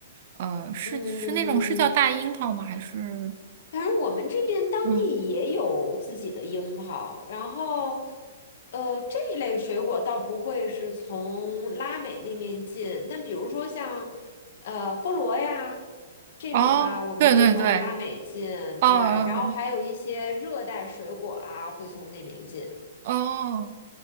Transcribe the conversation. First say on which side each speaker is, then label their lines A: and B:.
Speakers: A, on the right (about 45°); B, on the left (about 55°).
A: 呃，是是那种是叫大樱桃吗？
B: 嗯，
A: 还是？
B: 反正我们这边当地也有自己的樱桃，
A: 嗯。
B: 然后，呃，这一类水果倒不会是从拉美那边进，但比如说像，呃，菠萝呀这种啊，
A: 哦，
B: 我们会从拉美进，
A: 对对对，哦哦，
B: 对，然后还有一些热带水果啊，会从那边进，
A: 哦哦